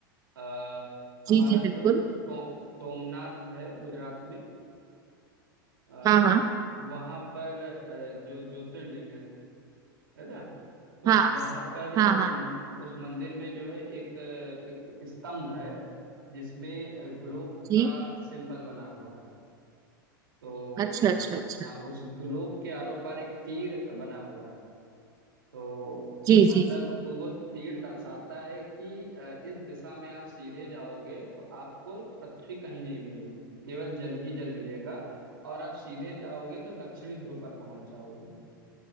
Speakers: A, on the right; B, on the right.
A: आ,
B: जी
A: हमारा
B: जी
A: जो
B: बिल्कुल
A: सो, सोमनाथ है गुजरात में आ,
B: हाँ हाँ
A: वहाँ पर अ, जो ज्योतिर्लिंग है है ना तो
B: हाँ
A: वहाँ पर
B: हाँ
A: उस
B: हाँ
A: मन, उस मंदिर में जो है एक अ, एक स्तंभ है जिसमें ग्लोब
B: जी
A: का सिंबल बना हुआ है तो
B: अच्छा
A: उस
B: अच्छा अच्छा
A: हाँ उस ग्लोब के आरो पार एक तीर बना हुआ है तो
B: जी
A: मतलब
B: जी जी
A: वो तीर दर्शाता है कि अ, इस दिशा में आप सीधे जाओगे तो आपको पृथ्वी कहीं नहीं मिलेगी केवल जल ही जल मिलेगा और आप सीधे जाओगे तो दक्षिणी ध्रुव पर पहुंच जाओगे